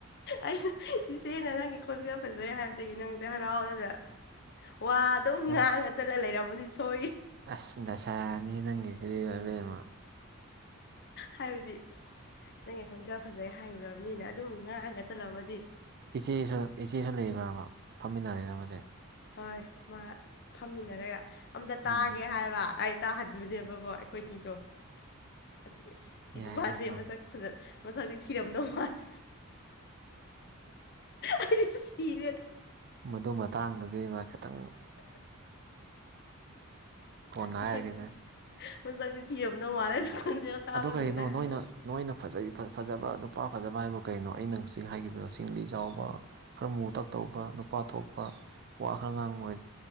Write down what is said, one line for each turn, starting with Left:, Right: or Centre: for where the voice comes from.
Left: ꯑꯩꯅ ꯏꯆꯦꯅ ꯅꯪꯒꯤ ꯈꯣꯟꯖꯦꯜ ꯐꯖꯩ ꯍꯥꯏꯕꯗꯒꯤ ꯅꯪꯁꯦ ꯍꯔꯥꯎꯋꯦꯅ ꯋꯥ ꯑꯗꯨꯝ ꯉꯥꯡꯉ
Right: ꯑꯥ
Left: ꯆꯠꯂ ꯂꯩꯔꯝꯃꯅꯤ ꯁꯣꯏ
Right: ꯑꯁ ꯗꯥꯁꯥꯅꯤꯍꯦ ꯅꯪꯒꯤꯁꯤꯗꯤ ꯑꯕꯦꯝꯃ
Left: ꯍꯥꯏꯕꯗꯤ ꯑꯁ ꯅꯪꯒꯤ ꯈꯣꯟꯖꯦꯜ ꯐꯖꯩ ꯍꯥꯏꯔꯨꯔꯕꯅꯤꯅ
Right: ꯎꯝ
Left: ꯑꯗꯨꯝ ꯉꯥꯡꯉꯒ ꯆꯠꯂꯝ ꯃꯗꯤ꯫
Right: ꯏꯆꯦꯁꯨ ꯏꯆꯦꯁꯨ ꯂꯩꯕ꯭ꯔꯕ ꯐꯝꯃꯤꯟꯅꯔꯤꯔ ꯍꯧꯖꯤꯛ
Left: ꯍꯣꯏ ꯃꯥ ꯐꯝꯃꯤꯟꯅꯔꯒ ꯑꯝꯇ ꯇꯥꯒꯦ
Right: ꯎꯝ
Left: ꯍꯥꯏꯕ ꯑꯩ ꯇꯥꯍꯟꯕꯅꯦꯕꯀꯣ ꯑꯩꯈꯣꯏꯅꯤꯗꯣ
Right: ꯑꯁ
Left: ꯑꯗꯒꯤ ꯑꯁ ꯁꯤ
Right: ꯌꯥꯏꯅꯦ
Left: ꯅꯨꯄꯥꯁꯦ
Right: ꯑꯗꯨꯝ
Left: ꯃꯁꯛ ꯐꯖ ꯃꯁꯛꯇꯤ ꯊꯤꯔꯝꯗꯧ ꯃꯥꯜꯂꯦ ꯑꯩꯗꯤ ꯁꯤꯔꯦꯗ
Right: ꯃꯗꯣ ꯃꯇꯥꯡꯗꯨꯗꯤ ꯃꯥ ꯈꯠ ꯇꯪ ꯀꯣꯟꯅ
Left: ꯃꯁꯛꯇꯤ
Right: ꯍꯥꯏꯔꯒꯦꯖꯦ
Left: ꯃꯁꯛꯇꯤ ꯊꯤꯔꯝꯗꯧ ꯃꯥꯜꯂꯦ ꯗꯣ ꯈꯣꯟꯖꯦꯜ ꯇꯥꯕ
Right: ꯑꯗꯣ ꯀꯩꯒꯤꯅꯣ
Left: ꯅꯨꯡꯉꯥꯏ
Right: ꯅꯣꯏꯅ
Left: ꯍꯥꯏꯕꯗ
Right: ꯅꯣꯏꯅ ꯐꯖꯩ ꯐꯖꯕ ꯅꯨꯄꯥ ꯐꯖꯕ ꯍꯥꯏꯕꯣ ꯀꯩꯅꯣ ꯑꯩꯅ ꯍꯧꯖꯤꯛ ꯍꯥꯏꯈꯤꯕꯗꯣ ꯁꯤꯡꯂꯤ ꯆꯥꯎꯕ ꯈꯔ ꯃꯨꯇꯛ ꯇꯧꯕ ꯅꯨꯄꯥ ꯊꯣꯛꯄ ꯋꯥ ꯈꯔ ꯉꯥꯡꯕ ꯑꯣꯏꯗꯤ